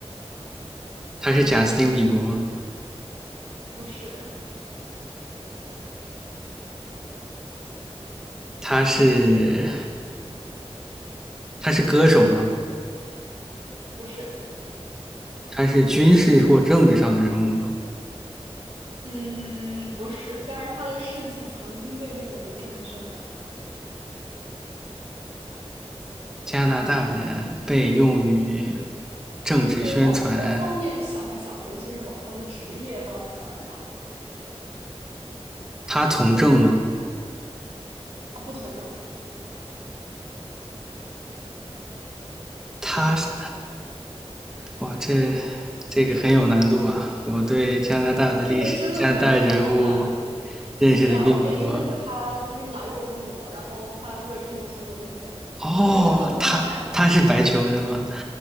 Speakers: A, in the centre; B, on the right.
A: 他是贾斯汀比伯吗？
B: 不是，
A: 他是他是歌手吗？
B: 不是，
A: 他是军事或政治上的人物吗？
B: 嗯，不是。但是他的事迹曾经被用于政治宣传，
A: 加拿大人被用于政治宣传，
B: 你可以往多方面想一想，尤其是往他的职业方向想一想。
A: 他从政吗？
B: 他不从政，
A: 他是哇，这这个很有难度啊！我对加拿大的历史、
B: 这个真的没有难度。
A: 加拿大人物认识的并不多。
B: 我这样，我给你个 hint，他曾经来过中国，然后他为中国做出了贡献，
A: 哦，
B: 这个真的不难猜。
A: 他他是白求恩吗